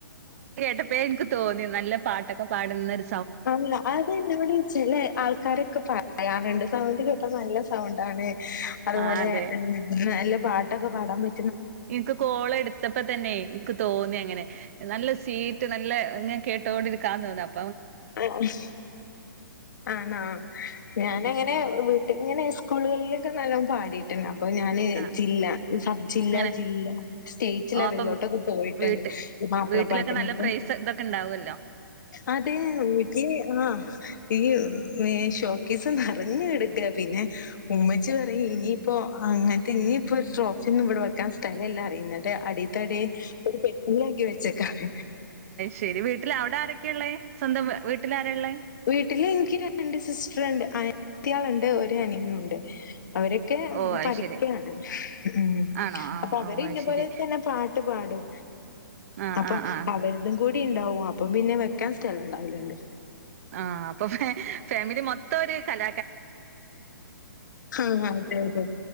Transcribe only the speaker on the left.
അല്ല അതെ നമ്മുടെ ചില ആൾ ക്കാരൊക്കെ പറയാറുണ്ട് സൗണ്ട് കേട്ടാ നല്ല സൗണ്ടാണ് അതുപോലെ
നല്ല പാട്ടൊക്കെ പാടാൻ പ
ആഹ് ആണോ ഞാന്
അങ്ങനെ വീട്ടിൽ ഇങ്ങനെ സ്കൂളുകളിലൊക്കെ നല്ലോ പാടിയിട്ടുണ്ട് ന അപ്പൊ ഞാന്
ജില്ല സബ് ജില്ല
ജില്ല സ്റ്റേറ്റ്
ലെവലിലോട്ടൊക്കെ
പോയിട്ടുണ്ട്.
ഈ മാപ്പിളപ്പാട്ടിനൊക്കെ.
അതെ വീട്ടി ആഹ് ഈ ഷോക്കീസ് അറിഞ്ഞെടുക്ക പിന്നെ ഉമ്മച്ചി പറയും ഇനിയിപ്പോ അങ്ങനത്തെ ഇനിപ്പോ ട്രോഫി ഒന്നും ഇവിടെ വെക്കാൻ സ്ഥലില്ല അറീം എന്നിട്ട് അടിത്തടി ഒരു പെട്ടീലാക്കി വെച്ച്ക്കാണ്.
വീട്ടില് എനിക്ക് രണ്ട് സിസ്റ്ററിണ്ട് അനിത്തിയാളുണ്ട് ഒരു അനിയനും ഉണ്ട്. അവരൊക്കെ
പഠിക്കാണ്
ഉം
അപ്പൊ അവര്
ഇന്ന
പോലെ തന്നെ പാട്ട് പാടും
അപ്പൊ
അവരിതും കൂടി ഇണ്ടാവും അപ്പം പിന്നെ വെക്കാൻ സ്ഥലം ഇണ്ടാവൂലല്ലേ
ആ അതെ അതെ